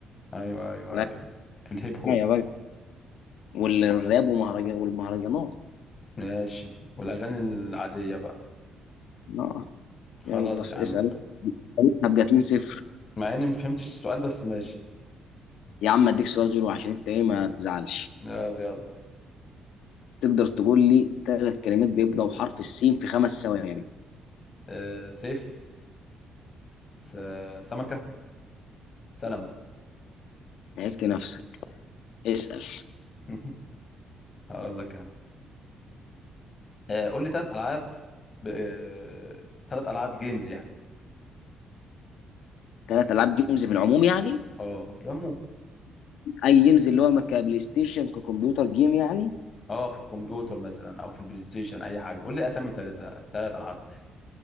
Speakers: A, on the left (about 40°); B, on the left (about 85°).
A: ايوه ايوه
B: لا
A: ايوه الهيب هوب
B: يا بقى والراب ومهرجان والمهرجانات
A: ماشي والاغاني العاديه بقى
B: اه
A: خلاص
B: يلا اسال
A: يا عم
B: هبقى 2 0
A: مع اني ما فهمتش السؤال بس ماشي
B: يا عم اديك سؤال غيره عشان انت ايه ما تزعلش
A: يلا يلا
B: تقدر تقول لي ثلاث كلمات بيبداوا بحرف السين في خمس ثواني
A: آه سيف س... سمكه سلمون
B: لعبت نفسك اسال
A: <laughs> هقول لك انا آه قول لي ثلاث العاب ب... آه... ثلاث العاب جيمز يعني
B: ثلاث العاب جيمز في العموم يعني
A: اه في العموم
B: اي جيمز اللي هو كبلاي ستيشن ككمبيوتر جيم يعني
A: اه في الكمبيوتر مثلا او في البلاي ستيشن اي حاجه قول لي اسامي ثلاثه ثلاث العاب بس